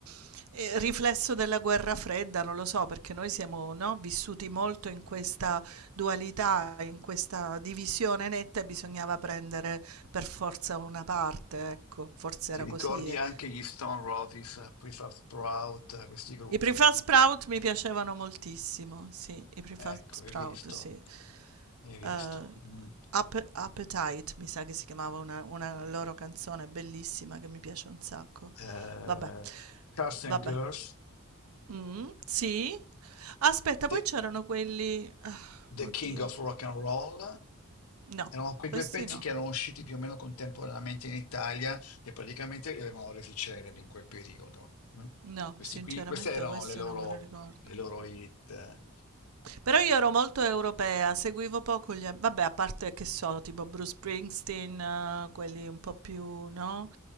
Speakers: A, on the right; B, on the left.
A: eh, riflesso della guerra fredda, non lo so, perché noi siamo, no, vissuti molto in questa dualità, in questa divisione netta e bisognava prendere per forza una parte, ecco, forse
B: Ti
A: era
B: ricordi
A: così. eh.
B: anche gli Stone Roses, eh, Prefab Sprout, eh, questi gruppi?
A: I prefab sprout mi piacevano moltissimo, sì, i prefab
B: Ecco,
A: sprout,
B: hai visto,
A: sì.
B: hai visto.
A: Eh,
B: Mm.
A: App- Appetite, mi sa che si chiamava una, una loro canzone bellissima che mi piace un sacco.
B: Eh,
A: Vabbè,
B: Cars
A: vabbè.
B: and Girls,
A: Mh, sì. Aspetta,
B: The,
A: poi c'erano quelli
B: The
A: oddio.
B: King of Rock and Roll.
A: No,
B: Erano quei
A: questi
B: due pezzi
A: no.
B: che erano usciti più o meno contemporaneamente in Italia, che praticamente li avevano resi celebri in quel periodo. mm.
A: No,
B: Questi
A: sinceramente
B: qui, queste erano
A: questi
B: le loro,
A: non me li ricordo.
B: le loro hit.
A: Però io ero molto europea, seguivo poco gli... Vabbè, a parte che so, tipo Bruce Springsteen, eh, quelli un po' più, no?